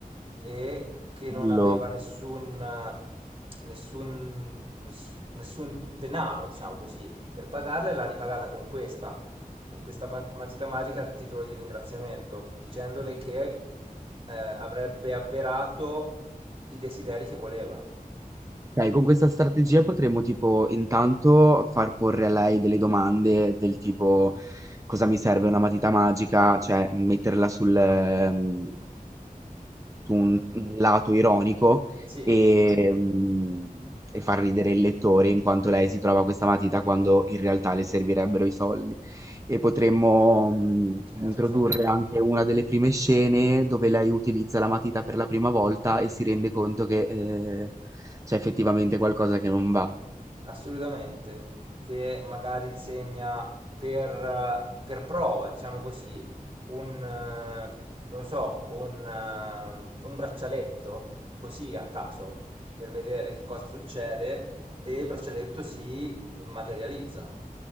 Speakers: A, on the right; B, on the right.
A: e che non
B: Bello.
A: aveva nessun, nessun, nessun, nessun denaro, diciamo così, per pagarla e l'ha ripagata con questa, con questa ba- matita magica a titolo di ringraziamento, dicendole che eh, avrebbe avverato i desideri che voleva.
B: Ok, con questa strategia potremmo tipo intanto far porre a lei delle domande del tipo cosa mi serve una matita magica, cioè metterla sul, ehm, su un, un lato ironico
A: Sì,
B: e, mm, e far ridere il lettore in quanto lei si trova questa matita quando in realtà le servirebbero i soldi. E potremmo mm,
A: certo,
B: introdurre anche una delle prime scene dove lei utilizza la matita per la prima volta e si rende conto che eh, c'è effettivamente qualcosa che non va.
A: assolutamente, che magari segna per, per prova, diciamo così, un, eh, non lo so, un, eh, un braccialetto, così a caso, per vedere che cosa succede, e il braccialetto si materializza.